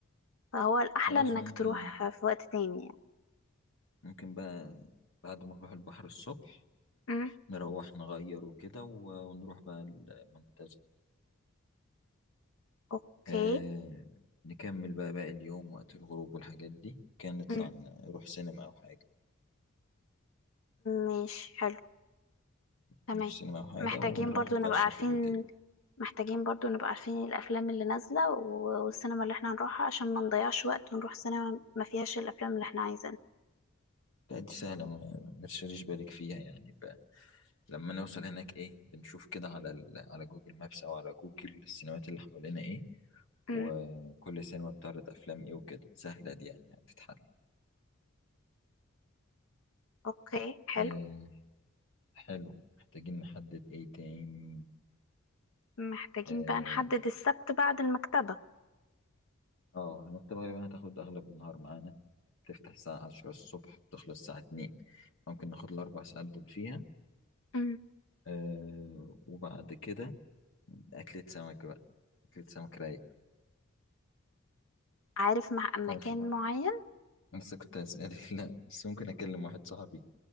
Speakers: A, on the left; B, on the left.
A: فهو الاحلى
B: خلاص
A: انك
B: ممكن
A: تروح في وقت تاني يعني
B: ممكن بقى بعد ما نروح البحر الصبح
A: مم.
B: نروح نغير وكده و- ونروح بقى المنتزه
A: اوكي
B: آه نكمل بقى باقي اليوم وقت الغروب والحاجات دي وكان نطلع
A: مم.
B: ن- نروح سينما أو حاجة
A: ماشي حلو تمام
B: نروح سينما أو حاجة
A: محتاجين
B: ونروح
A: برضو
B: نتعشى
A: نبقى عارفين
B: في الأوتيل
A: محتاجين برضو نبقى عارفين الافلام اللي نازلة و- والسينما اللي احنا هنروحها عشان ما نضيعش وقت ونروح سينما ما فيهاش الافلام اللي احنا عايزينها
B: لا دي سهلة ما ما تشغليش بالك فيها يعني لما نوصل هناك ايه بنشوف كده على ال... على جوجل مابس او على جوجل السينمات اللي حوالينا ايه وكل
A: امم
B: سينما بتعرض افلام ايه وكده سهلة دي يعني هتتحل
A: اوكي حلو
B: آه حلو محتاجين نحدد ايه تاني
A: محتاجين
B: اه
A: بقى نحدد السبت بعد المكتبة
B: آه، المكتبة غالبا هتاخد اغلب النهار معانا تفتح الساعة 10 الصبح بتخلص الساعة 2 ممكن ناخد الاربع ساعات دول فيها
A: امم
B: آه وبعد كده اكلة سمك بقى اكلة سمك رايق
A: عارف مع مكان
B: تعرفي
A: معين
B: أنا لسه كنت هسألك <laughs> لا بس ممكن أكلم واحد صاحبي